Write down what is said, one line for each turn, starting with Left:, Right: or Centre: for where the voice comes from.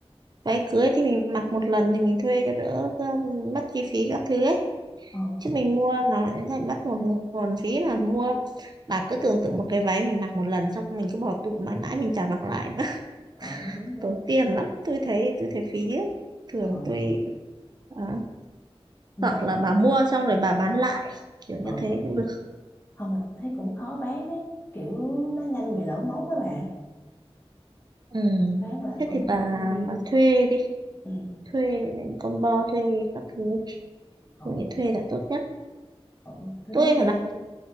Right: váy cưới thì mình mặc một lần thì mình thuê cho đỡ um, mất chi phí các thứ ấy
Left: ừ
Right: chứ mình mua nó sẽ thành mất một nguồn phí mà mua bà cứ tưởng tượng một cái váy mình mặc một lần xong mình cứ bỏ tủ mãi mãi mình chả mặc lại nữa <laughs>
Left: ừ đúng rồi
Right: tốn
Left: đó
Right: tiền lắm tôi thấy tôi thấy phí á. thường
Left: ừ
Right: tôi à,
Left: mà
Right: hoặc là bà mua xong rồi bà bán lại kiểu như
Left: ừ
Right: thế cũng được
Left: không mà tôi thấy cũng khó bán đấy kiểu nó nhanh bị lỗi mốt các bạn
Right: Ừ.
Left: bán lại
Right: Thế
Left: cũng
Right: thì bà
Left: không nhiều
Right: bà thuê đi,
Left: ừ
Right: thuê combo, thuê các thứ,
Left: ổn
Right: tôi nghĩ thuê là tốt nhất.
Left: ổn tôi
Right: Tôi
Left: thấy
Right: mà
Left: thê
Right: nó